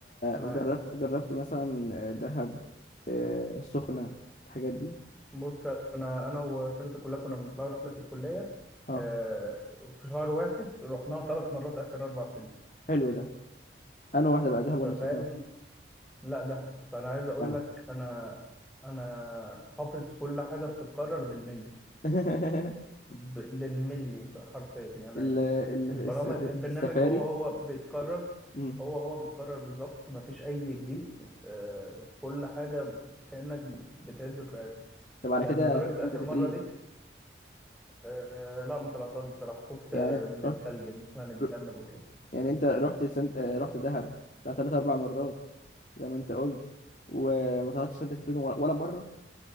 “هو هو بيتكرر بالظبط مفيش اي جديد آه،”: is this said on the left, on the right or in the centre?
Centre